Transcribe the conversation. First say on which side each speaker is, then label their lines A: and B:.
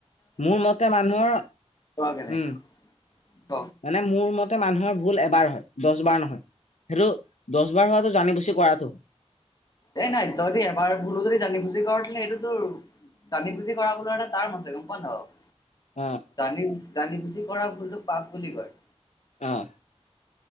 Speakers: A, on the left; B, on the left.
A: মোৰ মতে মানুহৰ উম,
B: কেনেকে ক
A: মানে মোৰ মতে মানুহৰ ভুল এবাৰ হয়, দহ বাৰ নহয়। সেইটো দশ বাৰ হোৱাটো জানি বুজি কৰাটো।
B: এ নাই তহতি এবাৰ ভুলো যদি জানি বুজি কৰ দিলে সেইটোতোৰ জানি বুজি কৰা ভুলৰ এটা তাৰ্ম আছে, গম পাওঁ নাপাওঁ।
A: অ',
B: জানি, জানি বুজি কৰা ভুলটোক পাপ বুলি কয়।
A: অহ'।